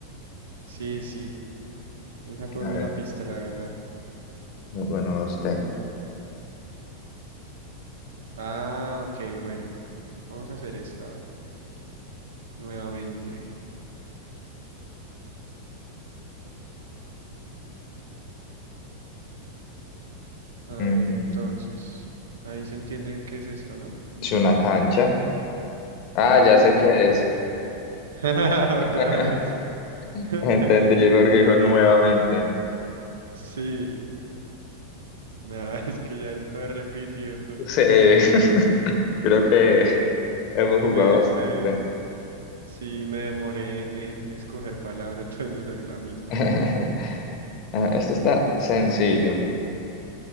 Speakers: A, on the right; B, on the left.
A: Sí, sí. Esa fue
B: A
A: buena
B: ver,
A: pista, la verdad.
B: bueno, a usted.
A: Mm, Ah, ok, bueno. Vamos a hacer esta nuevamente. A
B: Ujú.
A: ver, entonces. Ahí se entiende qué es esto, ¿no?
B: Sí, una cancha. Ah,
A: Obvio,
B: ya sé qué
A: obvio.
B: es.
A: <laughs>
B: <laughs>
A: Otra vez. <laughs>
B: Entendí porque dijo nuevamente.
A: Sí. Nada, es que ya está repitiendo.
B: Sí, <laughs> creo que hemos
A: Y
B: jugado
A: me,
B: bastante.
A: me, Sí, me demoré en escoger palabra, <laughs> entonces me salió la misma.
B: <laughs> Ah, Esto está sencillo.